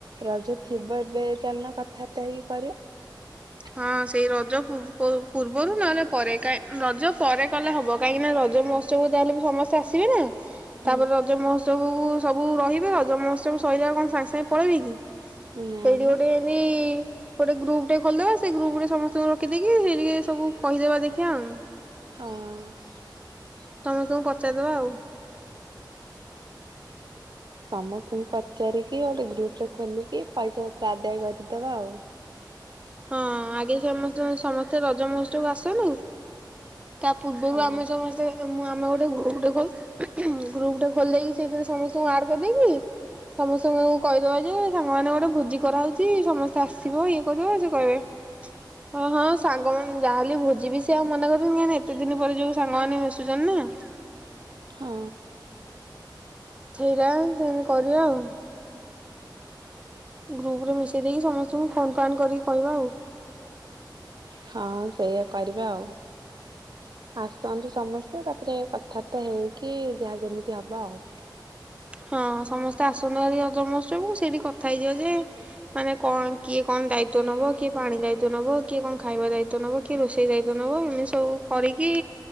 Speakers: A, on the right; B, on the right.
A: ରଜ ଥିବ ଏବେ ଚାଲୁନ କଥାବାର୍ତ୍ତା ହେଇକି କରିବା।
B: ହଁ ସେଇ ରଜ ପୂର୍ବରୁ ପୂର୍ବରୁ ନହେଲେ ପରେ କାହିଁ ରଜ ପରେ କଲେ ହବ କାହିଁକି ନା ରଜ ମହୋତ୍ସବକୁ ଯାହେଲେ ବି ସମସ୍ତେ ଆସିବେ ନା।
A: ହୁଁ
B: ତାପରେ ରଜ ମହୋତ୍ସବ କୁ ସବୁ ରହିବେ ରଜ ମହୋତ୍ସବ ସଇଲେ ଆଉ କଣ ସାଙ୍ଗେ ସାଙ୍ଗେ ପଳେଇି କି।
A: ନା
B: ସେଇଠି
A: ମ।
B: ଗୋଟେ <unintelligible> ଗୋଟେ ଗ୍ରୁପଟେ ଖୋଲଦବା। ସେ ଗ୍ରୁପ ରେ ସମସ୍ତଙ୍କୁ ରଖିଦେଇକି ସେଇଟି ସବୁ କହିଦେବା ଦେଖିବା ଉଁ।
A: ହଁ।
B: ସମସ୍ତଙ୍କୁ ପଚାରିଦବା ଆଉ।
A: ସମସ୍ତଙ୍କୁ ପଚାରିକି ଗୋଟେ ଗ୍ରୁପରେ ଖୋଲିକି ପଇସା ପତ୍ର ଆଦାୟ କରିଦବା ଆଉ।
B: ହଁ ଆଗେ ସେମସ୍ତେ ସମସ୍ତେ ରଜ ମହୋତ୍ସବ କୁ ଆସନ୍ତୁ। ତା ପୂର୍ବରୁ
A: ହଁ
B: ଆମେ ସମସ୍ତେ। ମୁଁ ଆମେ ଗୋଟେ ଗ୍ରୁପ ଟେ ଖୋ ଗ୍ରୁପ ଟେ ଖୋଲିଦେଇକି ସେଇଥିରେ ସମସ୍ତଙ୍କୁ ଆଡ କରିଦେଇକି ସମସ୍ତଙ୍କୁ କଇଦବା ଯେ ସାଙ୍ଗ ମାନେ ଗୋଟେ ଭୋଜି କରାହେଉଚି ସମସ୍ତେ ଆସିବ ଇଏ କରିବ ଇଏ କରିବ <unintelligible> ହଁ ସାଙ୍ଗମାନେ ଯାହାହେଲେ ଭୋଜିିବି ସେ ଆଉ ମନା କରିବେ ନା କାହିଁକି ନା ଏତେ ଦିନି ପରେ ଯୋଉ ସାଙ୍ଗମାନେ ମିଶୁଚନ୍ତି ନା।
A: ହଁ।
B: ସେଇଟା ସେମିତି କରିବା ଆଉ। ଗ୍ରୁପ ରେ ମିଶେଇ ଦେଇକି ସମସ୍ତଙ୍କୁ ଫୋନ ଫାନ୍ କରିକି କହିବା ଆଉ।
A: ହଁ ସେଇଆ କରିବା ଆଉ ଆସନ୍ତୁ ସମସ୍ତେ ତାପରେ କଥାବାର୍ତ୍ତା ହେଇକି ଯାହା ଯେମିତି ହବ ଆଉ।
B: ହଁ ସମସ୍ତେ ଆସନ୍ତୁ ହାରି ରଜ ମହୋଉତ୍ସବକୁ ସେଇଠି କଥା ହେଇଯିବା ଯେ ମାନେ କଣ କିଏ କଣ ଦାୟିତ୍ଵ ନବ କିଏ ପାଣି ଦାୟିତ୍ଵ ନବ କିଏ କଣ ଖାଇବା ଦାୟିତ୍ଵ ନବ କିଏ ରୋଷେଇ ଦାୟିତ୍ଵ ନବ ଏମିତି ସବୁ କରିକି